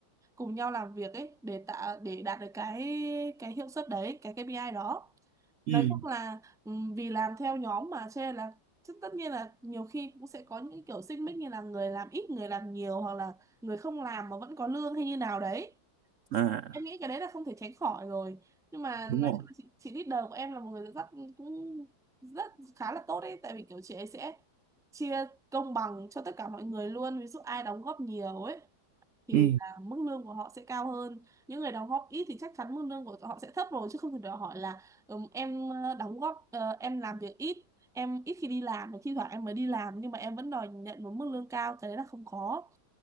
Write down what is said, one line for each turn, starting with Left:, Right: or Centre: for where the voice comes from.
Centre: cùng nhau làm việc ấy để tạo để đạt được cái cái hiệu suất đấy cái KPI đó nói
Right: ừ.
Centre: chung là ừm, vì làm theo nhóm mà cho nên là chứ tất nhiên là nhiều khi cũng sẽ có những kiểu xích mích như là người làm ít người làm nhiều hoặc là người không làm mà vẫn có lương hay như nào đấy
Right: à
Centre: em nghĩ cái đấy là không thể tránh khỏi rồi nhưng mà
Right: đúng
Centre: nói
Right: rồi
Centre: chung là chị, chị leader của em là một người rất cũng rất khá là tốt đấy tại vì kiểu chị ấy sẽ chia công bằng cho tất cả mọi người luôn ví dụ ai đóng góp nhiều ấy thì
Right: ừ.
Centre: là mức lương của họ sẽ cao hơn những người đóng góp ít thì chắc chắn mức lương của họ sẽ thấp rồi chứ không thể đòi hỏi là ừm, em ờ, đóng góp ờ, em làm việc ít em ít khi đi làm thi thoảng em mới đi làm nhưng mà em vẫn đòi nhận một mức lương cao cái đấy là không có